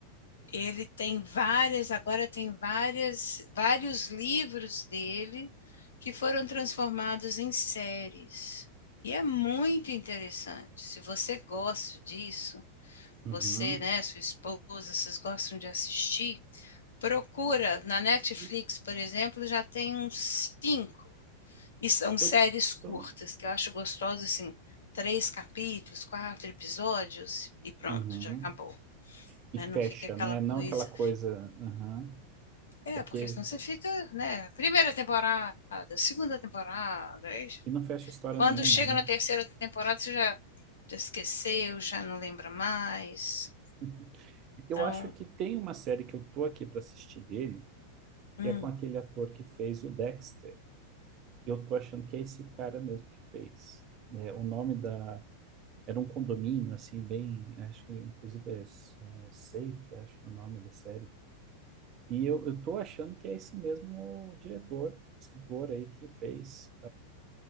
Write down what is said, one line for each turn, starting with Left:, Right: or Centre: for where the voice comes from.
Left: Ele tem várias, agora tem várias, vários livros dele que foram transformados em séries. E é muito interessante. Se você gosta disso,
Right: Uhum.
Left: você, né, sua esposa, vocês gostam de assistir, procura na Netflix,
Right: Eu,
Left: por exemplo, já tem uns cinco E são séries
Right: eu
Left: curtas,
Right: tô.
Left: que eu acho gostoso, assim, três capítulos, quatro episódios e pronto,
Right: Uhum.
Left: já acabou.
Right: E
Left: Né?
Right: fecha,
Left: Não fica aquela
Right: né?
Left: coisa.
Right: Não aquela coisa. Uhum.
Left: É,
Right: Porque.
Left: porque senão você fica, né? Primeira temporada, segunda temporada. aí
Right: E não fecha história
Left: quando
Right: nenhuma,
Left: chega
Right: né?
Left: na terceira temporada, você já esqueceu, já não lembra mais.
Right: <laughs> Eu
Left: Então,
Right: acho que tem uma série que eu tô aqui para assistir dele,
Left: hum,
Right: que é com aquele ator que fez o Dexter. eu tô achando que é esse cara mesmo que fez. né? o nome da. Era um condomínio, assim, bem. Acho que, inclusive, é, S- é Safe, acho que é o nome da série. E eu, eu tô achando que é esse mesmo diretor, escritor aí que fez.